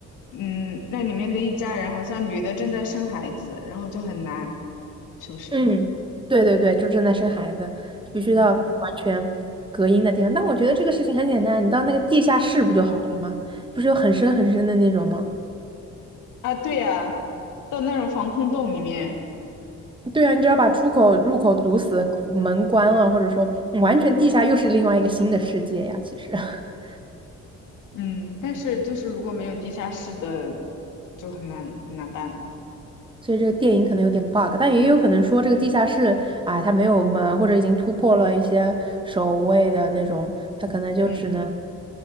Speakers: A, on the left; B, on the right.
A: 嗯，那里面的一家人好像女的正在生孩子，然后就很难，是不是？
B: 嗯，对对对，就正在生孩子，必须到完全隔音的地方。
A: 嗯。
B: 但我觉得这个事情很简单，你到那个地下室不就好了吗？不是有很深很深的那种吗？
A: 啊，对呀，到那种防空洞里面，
B: 对啊，你只要把出口、入口堵死，门关了，或者说嗯完全地下又是另外一个新的世界呀。其实，<laughs>
A: 嗯，但是就是如果没有地下室的，就很难很难办。
B: 所以这个电影可能有点 bug，但也有可能说这个地下室，哎，它没有门，或者已经突破了一些守卫的那种，它可能就只能
A: 嗯，